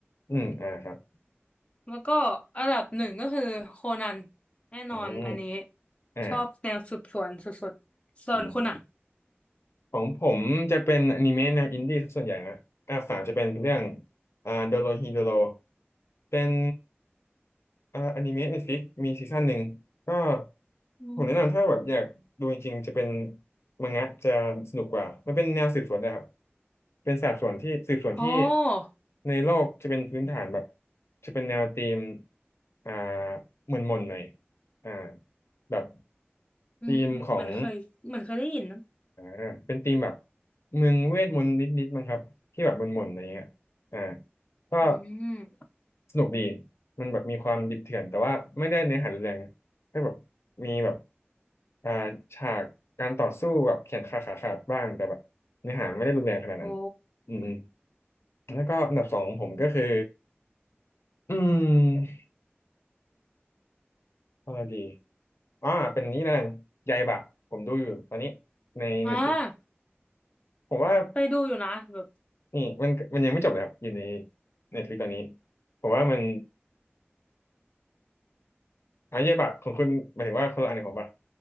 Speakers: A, on the left; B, on the left.
A: อืมอ่าครับ
B: แล้วก็อันดับหนึ่งก็คือโคนันแน่นอนอันนี้
A: อืมอ่า
B: ชอบแนวสืบสวนสุดๆส่วนคุณอ่ะ
A: อืม ของผมจะเป็นอนิเมะแนวอินดี้ซะส่วนใหญ่นะอันดับสามจะเป็นเรื่องอ่าโดโรฮีโดโรเป็นอ่าอนิเมะเน็ตฟลิกมีซีซั่นหนึ่งก็
B: อืม
A: ผมแนะนำถ้าแบบอยากดูจริงๆจะเป็นมังงะจะสนุกกว่ามันเป็นแนวสืบสวนนะครับเป็นสอบสวนที่สืบสวนที่
B: อ๋อ
A: ในโลกจะเป็นพื้นฐานแบบจะเป็นแนวธีมอ่าหม่นๆหน่อยอ่าแบบ
B: อืมมันเคยมันเคยได้ยินนะ
A: ธีมของ อ่าเป็นธีมแบบเมืองเวทมนต์นิดๆมั้งครับที่แบบมนๆอะไรเงี้ยอ่าก็
B: อืม
A: สนุกดีมันแบบมีความดิบเถื่อนแต่ว่าไม่ได้เนื้อหารุนแรงนะแค่แบบมีแบบอ่าฉากการต่อสู้แบบแขนขาขาขาดบ้างแต่แบบเนื้อหาไม่ได้รุนแรงขนาดนั้น
B: โอ้
A: อืมๆแล้วก็อันดับสองของผมก็คืออืมอะไรดีอ่าเป็นนี้แล้วกันยายบะผมดูอยู่ตอนนี้ใน
B: อ่า
A: Netflix ผมว่า
B: ไปดูอยู่นะแบบ
A: อืมมันมันยังไม่จบเลยครับอยู่ในในทวิตตอนนี้ผมว่ามันอาเย่บะของคุณหมายถึงว่าคนละอันของผมปะ